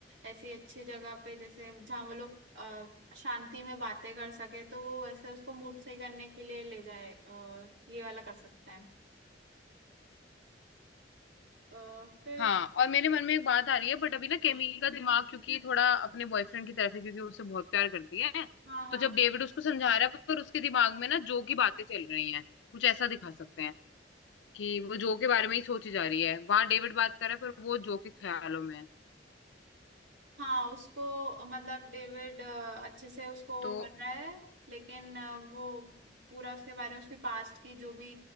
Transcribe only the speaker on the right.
ऐसी अच्छी जगह पे जैसे जहाँ वो लोग अ, शांति में बातें कर सके तो वो ऐसे उसको मूड सही करने के लिए ले जाए आ, ये वाला कर सकते हैं अ, फिर
उस
हाँ हाँ
हाँ उसको मतलब डेविड अ, अच्छे से उसको वो
कर रहा है लेकिन अ, वो पूरा उसके बारे में उसके पास्ट की जो भी